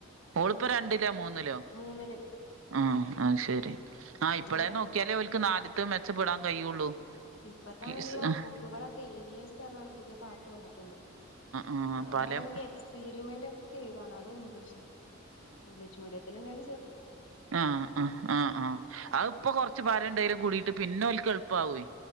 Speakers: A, on the right; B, on the left.
A: ഓളിപ്പൊ രണ്ടിലോ മൂന്നിലോ
B: മൂന്നില്
A: ആആ ശരി ആ ഇപ്പളേ
B: അങ്ങനെ
A: നോക്കിയാലേ അവർക്ക് നാലിത്തെ മെച്ചപ്പെടാൻ കഴിയുള്ളൂ
B: ഇപ്പത്താണെങ്കിലോ
A: കിസ് ആഹ്
B: ബുക്കുകളൊക്കെ ഇ വി എസ് ന്നറഞ്ഞ പുതിയ പാർട്ട് വന്നിട്ടുണ്ട്
A: ആഹ്
B: അതാണെങ്കിൽ
A: പലം
B: എക്സ്പെരിമെന്റ് ഒക്കെ ഇതാണ് അതും ഇംഗ്ലീഷില് ഇംഗ്ലീഷ് മീഡിയത്തില്ലന
A: ആ ആ ആ ആ അത്പ്പൊ കൊറച്ച് പാരം എണ്ടായാലും കൂടിയിട്ട് പിന്നെ ഓൽ എൾപ്പാകെ